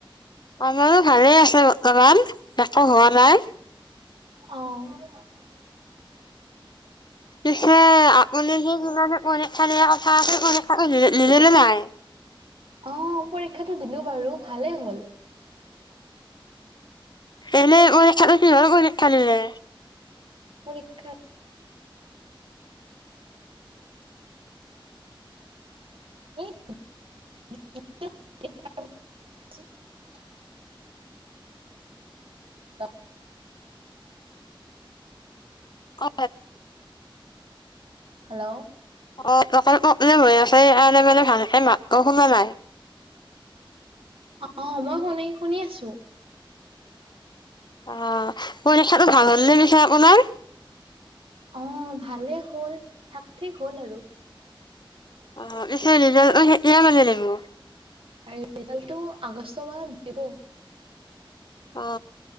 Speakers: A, on the left (about 55°); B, on the right (about 75°).
A: আমাৰো ভালেই আছে বৰ্তমান। অ', হোৱা নাই।
B: অ'।
A: পিছে, আপুনি যে কিবা এটা পৰীক্ষা দিয়া কথা আছে, পৰীক্ষাটো <unintelligible> দিলে নে নাই?
B: অ পৰীক্ষাটো দিলো বাৰু ভালেই হ'ল
A: এনেই অক খালছিল ব অক খালিলে
B: পৰীক্ষা <unintelligible> <unintelligible> অ
A: অ
B: হেল্ল'
A: অ অকল প্ৰব্লেম হৈ আছে মানে ভালে ম অ শুনা নাই
B: অ মই শুনি শুনি আছো
A: অ কইনখাটো ভাল হ'ল ন মিছো আপোনাৰ
B: অ ভালেই হ'ল থাক ঠিক হ'ল আৰু
A: অ পি ৰিজাল সতিয়া মালে লাগিব
B: আৰু ৰিজাল্টটো আগষ্ট মাহত দিব
A: অ